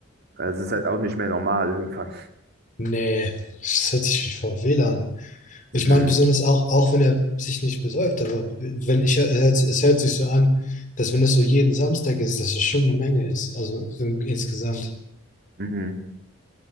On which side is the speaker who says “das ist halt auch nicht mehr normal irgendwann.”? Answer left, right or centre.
Right